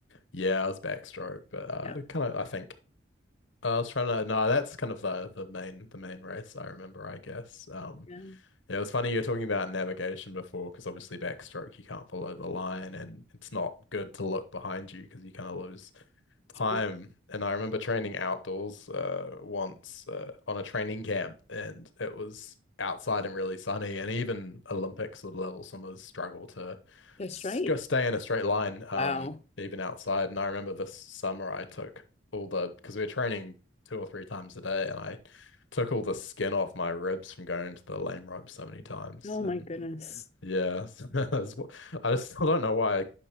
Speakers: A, on the left (about 80°); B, on the left (about 35°).
A: yeah, it was backstroke, but uh
B: Yeah.
A: kind of I think I was trying to no, that's kind of the the main the main race I remember, I guess. Um
B: Yeah.
A: Yeah, it was funny you were talking about navigation before, because obviously backstroke you can't follow the line, and it's not good to look behind you because you kind of lose time.
B: It's been
A: And I remember training outdoors uh, once uh, on a training camp, and it was outside and really sunny. And even Olympic sort of level swimmers struggle to
B: go straight.
A: s- go stay in a straight line, um,
B: Wow.
A: even outside. And I remember this summer I took all the because we were training two or three times a day, and I took all the skin off my ribs from going to the lane rope so many times.
B: Oh my
A: And
B: goodness.
A: yeah, <laughs> that's what- I just still don't know why I,